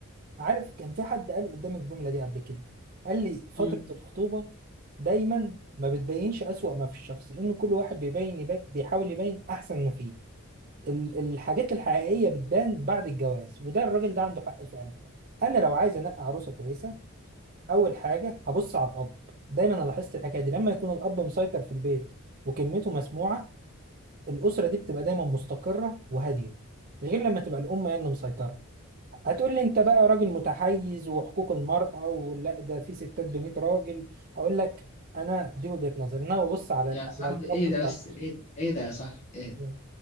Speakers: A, on the right; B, on the left.
A: عارف كان في حد قال قدام الجملة دي قبل كده قال لي فترة
B: مم.
A: الخطوبة دايما ما بتبينش أسوأ ما في الشخص إن كل واحد بيبين, يبين بيحاول يبين أحسن ما فيه ال- الحاجات الحقيقية بتبان بعد الجواز وده الراجل ده عنده حق فعلا أنا لو عايز أنقي عروسة كويسة أول حاجة هبص على الأب دايما أنا لاحظت الحكاية دي لما يكون الأب مسيطر في البيت وكلمته مسموعة الاسره دي بتبقى دايما مستقره وهاديه غير لما تبقى الام هي اللي مسيطره هتقول لي انت بقى راجل متحيز وحقوق المراه ولا ده في ستات ب 100 راجل هقول لك انا دي وجهه نظري انا ببص على
B: يا
A: ال-
B: صاحبي
A: على الاب
B: إيه ده
A: بتاع
B: بس إيه ده, إيه ده يا صاحبي إيه ده
A: مم.